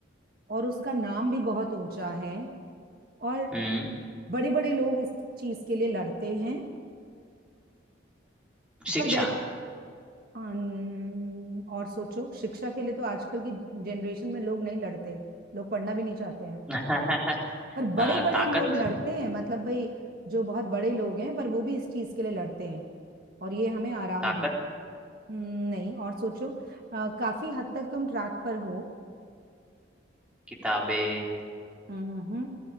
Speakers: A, on the right (about 50°); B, in the centre.
A: और उसका नाम भी बहुत ऊंचा है और
B: हम्म
A: बड़े बड़े लोग इस चीज के लिए लड़ते हैं
B: शिक्षा
A: पर वैसे अन- और सोचो शिक्षा के लिए तो आजकल की जनरेशन में लोग नहीं लड़ते लोग पढ़ना भी नहीं चाहते हैं
B: <laughs>
A: पर बड़े
B: आ,
A: बड़े
B: ताकत
A: लोग लड़ते हैं मतलब भाई जो बहुत बड़े लोग हैं पर वो भी इस चीज के लिए लड़ते हैं और ये हमें आराम
B: ताकत
A: देती है हम्म, नहीं और सोचो अ, काफी हद तक तुम ट्रैक पर हो
B: किताबें
A: हम्म